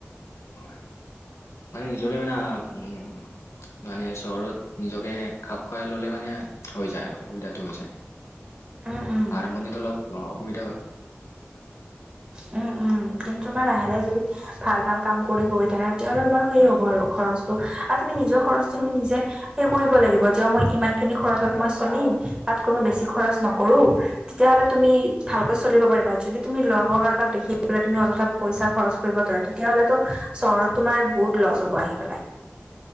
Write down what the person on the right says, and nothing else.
উম উম।
উম, উম কিন্তু তোমাৰ লাহে লাহে যদি ভাল ভাল কাম কৰি গৈ থাকা। তেতিয়া হ'লে তোমাৰ ফ্ৰী
হ'ব আৰু খৰচটো আৰু তুমি নিজৰ খৰচটো তুমি নিজে সেই কৰিব লাগিব যে মই ইমানখিনি খৰচত মই চলিম, তাতকৈ মই বেছি খৰচ মই নকৰোঁ। তেতিয়া হ'লে তুমি ভালকৈ চলিব পাৰিবা। যদি তুমি লগ্ লগৰ কাৰোবাক দেখি পেলাই তুমি অযথা পইচা খৰচ কৰিব যোৱা। তেতিয়া হ'লেতো চহৰত তোমাৰ বহুত লছ হ'ব আহি পেলাই।